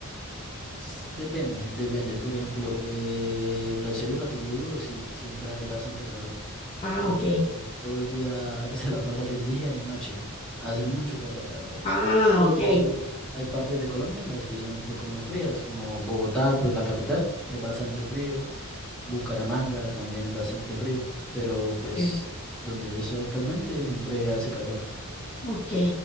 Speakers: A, in the centre; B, on the left.
A: s- depende, depende. Por ejemplo, eh, en la ciudad en la que yo vivo, sí, siempre hay bastante calor.
B: Ah,
A: Sí,
B: ok.
A: pues todo el día <laughs> se la pasa así, día y noche. Hace mucho calor, la verdad.
B: Ah,
A: Pero
B: ok.
A: digamos, hay partes de Colombia en las que son un poco más frías, como Bogotá, pues la capital, es bastante frío, Bucaramanga también es bastante frío, pero pues
B: Ok.
A: donde yo estoy actualmente siempre hace calor.
B: ok.